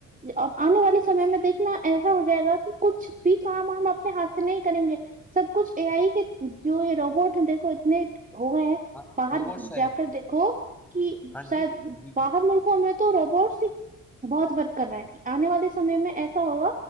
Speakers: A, on the right (about 20°); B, in the centre.
A: ج ا آنے والے سمے میں دیکھنا ایسا ہو جائے گا کہ کچھ بھی کام ہم اپنے ہاتھ سے نہیں کریں گے سب کچھ اے آئی کے جو یہ روبوٹ ہیں دیکھو اتنے ہوئے ہیں
B: ہاں
A: باہر
B: روبوٹس ہیں
A: جا کر دیکھو کہ
B: ہاں
A: شاید
B: جی جی
A: باہر
B: جی
A: ملکوں میں تو روبوٹس بہت ورک کر رہا ہے آنے والے سمے میں ایسا ہوگا